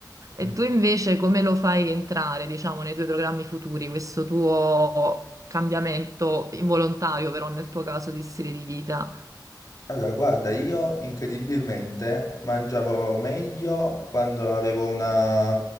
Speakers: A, on the right; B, on the left.
A: E
B: Mm.
A: tu invece come lo fai rientrare, diciamo, nei tuoi programmi futuri, questo tuo cambiamento involontario, però nel tuo caso di stile di vita?
B: Allora, guarda, io incredibilmente mangiavo meglio quando avevo una-